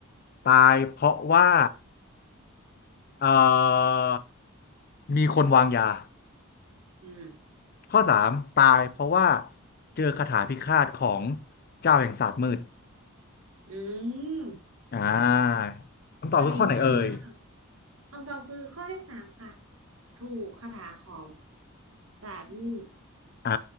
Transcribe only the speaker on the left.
ตายเพราะว่าเอ่อมีคนวางยา
ข้อสามตายเพราะว่าเจอคาถาพิฆาตของเจ้าแห่งศาสตร์มืด
อ่าคำตอบคือข้อไหนเอ่ย
อ่า